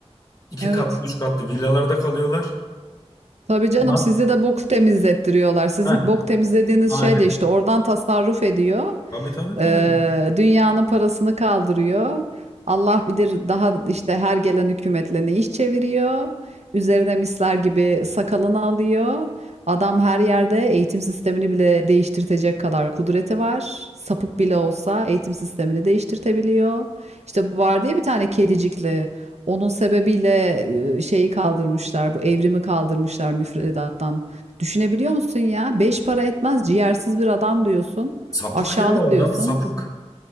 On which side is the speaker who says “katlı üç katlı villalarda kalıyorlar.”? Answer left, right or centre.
Left